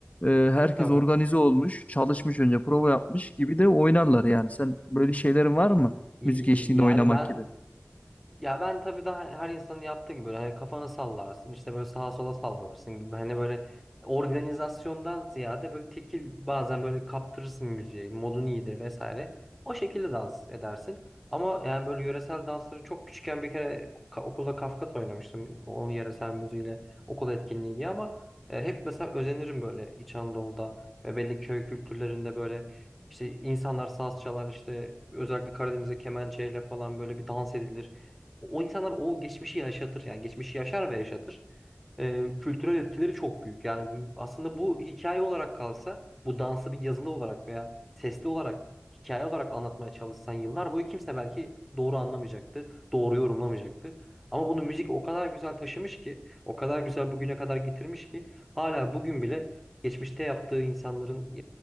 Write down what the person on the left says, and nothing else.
e, herkes
organize olmuş, çalışmış önce prova yapmış gibi de oynarlar yani. Sen böyle şeylerin var mı?
Müzik eşliğinde
oynamak
gibi.